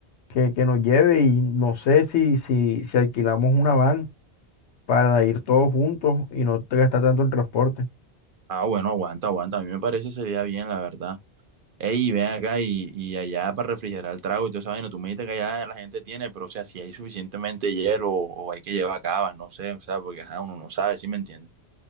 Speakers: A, on the left; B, on the right.
A: que, que nos lleve y no sé si, si, si alquilamos una van para ir todos juntos y no te gastar tanto en transporte.
B: Ah, bueno, aguanta, aguanta. A mí me parece ese día bien, la verdad. Ey, ven acá y, y allá para refrigerar el trago y toda esa vaina. Tú me dijiste que allá la gente tiene, pero o sea, si hay suficientemente hielo o, o hay que llevar cabas, no sé, o sea, porque ajá, uno no sabe, ¿sí me entiendes?